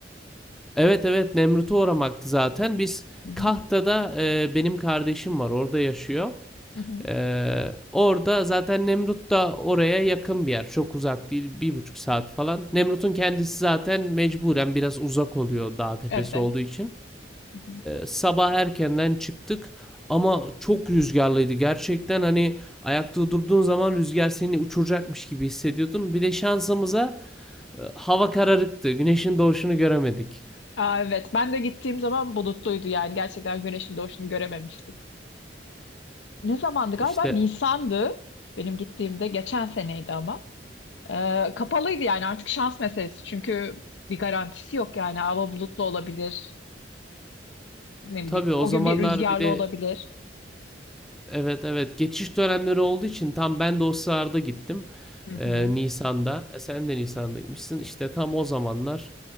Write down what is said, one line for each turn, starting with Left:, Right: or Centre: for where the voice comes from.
Centre: evet evet Nemrut'u uğramaktı zaten. Biz
Left: Hı hı.
Centre: Kahta'da eee, benim kardeşim var. Orada yaşıyor.
Left: Hı hı.
Centre: Eee, orada zaten Nemrut da oraya yakın bir yer. Çok uzak değil. Bir buçuk saat falan. Nemrut'un kendisi zaten mecburen biraz uzak oluyor dağ tepesi
Left: Evet.
Centre: olduğu için.
Left: Hı hı.
Centre: Sabah erkenden çıktık ama çok rüzgarlıydı. Gerçekten hani ayakta durduğun zaman rüzgar seni uçuracakmış gibi hissediyordun. Bir de şansımıza e, hava kararıktı. Güneşin doğuşunu göremedik.
Left: Aa, evet. Ben de gittiğim zaman bulutluydu yani. Gerçekten güneşin doğuşunu görememiştik. Ne zamandı galiba?
Centre: İşte
Left: Nisan'dı. Benim gittiğimde geçen seneydi ama. Ee, kapalıydı yani artık şans meselesi. Çünkü bir garantisi yok yani. Hava bulutlu olabilir. Ne bileyim.
Centre: tabii
Left: O
Centre: o zamanlar
Left: gün bir rüzgarlı
Centre: bir de
Left: olabilir.
Centre: evet evet geçiş dönemleri olduğu için tam ben de o sırada gittim.
Left: Hı
Centre: E,
Left: hı.
Centre: Nisan'da. E, sen de Nisan'daymışsın. İşte tam o zamanlar